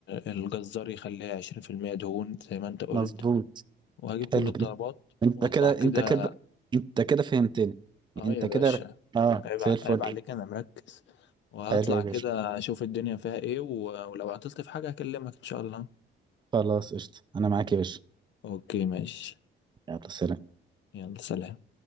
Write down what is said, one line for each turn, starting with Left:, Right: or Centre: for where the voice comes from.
Left: الجزار يخليها 20% دهون زي ما انت قلت
Right: مظبوط
Left: وهجيب كل
Right: حلو
Left: الطلبات
Right: انت
Left: واطلع
Right: كده
Left: كده
Right: انت كده انت كده فهمتني
Left: اه
Right: انت
Left: يا
Right: كده
Left: باشا
Right: اه
Left: عيب ع-
Right: زي الفل
Left: عيب عليك انا مركز وهطلع
Right: حلو يا باشا
Left: كده اشوف الدنيا فيها ايه و- ولو عطلت في حاجه هكلمك ان شاء الله
Right: خلاص قشطة انا معاك يا باشا
Left: اوكي ماشي
Right: يلا سلام
Left: يلا سلام